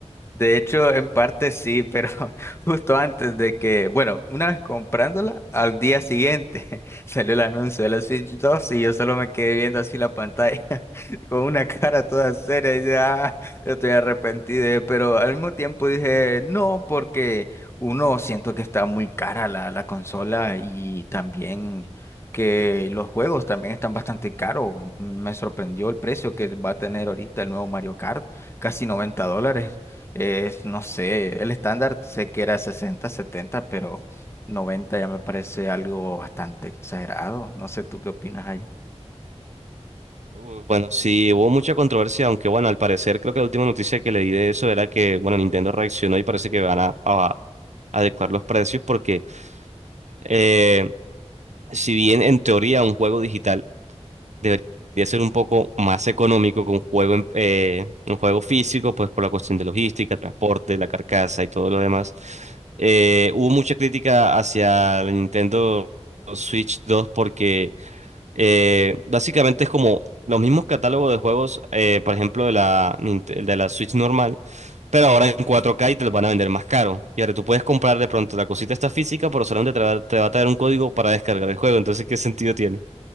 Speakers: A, on the left; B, on the right.
A: De hecho, en parte sí, pero <laughs> justo antes de que, bueno, una vez comprándola, al día siguiente <laughs> salió el anuncio de la Switch 2 y yo solo me quedé viendo así la pantalla <laughs> con una cara toda seria y dije, ah, estoy arrepentido, eh", pero al mismo tiempo dije, no, porque uno siento que está muy cara la, la consola y también que los juegos también están bastante caros. Me sorprendió el precio que va a tener ahorita el nuevo Mario Kart casi noventa dólares es no sé, el estándar sé que era 60, 70, pero 90 ya me parece algo bastante exagerado. No sé, ¿tú qué opinas ahí?
B: Uh, Bueno, sí, hubo mucha controversia, aunque bueno, al parecer creo que la última noticia que leí de eso era que, bueno, Nintendo reaccionó y parece que van a, a adecuar los precios porque eh, si bien en teoría un juego digital debería ser un poco más económico que un juego, en- eh, un juego físico, pues por la cuestión de logística, transporte, la carcasa y todo lo demás. Eh, hubo mucha crítica hacia la Nintendo Switch 2 porque eh, básicamente es como los mismos catálogos de juegos, eh, por ejemplo, de la, Ninte- de la Switch normal. Pero ahora en 4K y te los van a vender más caro. Y ahora tú puedes comprar de pronto la cosita esta física, pero solamente te va, te va a traer un código para descargar el juego. Entonces, ¿qué sentido tiene?